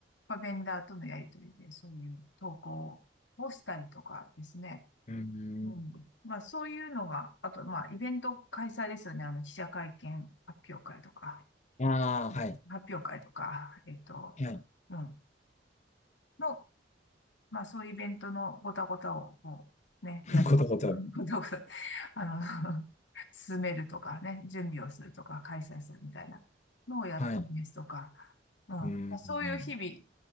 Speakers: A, on the left; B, on the left.
A: まあ、ベンダーとのやりとりで、そういう投稿をしたりとかですね。
B: うーん。
A: うん。まあ、そういうのが、あと、まあ、イベント開催ですよね。あの、記者会見発表会とか、
B: ああ、
A: ね発表会とか、
B: はい。
A: えっと、
B: はい。
A: うん。の、まあそういうイベントのごたごたを、こう、ね、
B: <laughs>
A: やる。
B: ことこと。
A: <laughs> ごたごた、あの、<laughs> 進めるとかね、準備をするとか、開催するみたいなのをやったりですとか、
B: はい。う
A: うん。まあ、
B: ーん。
A: そういう日々、い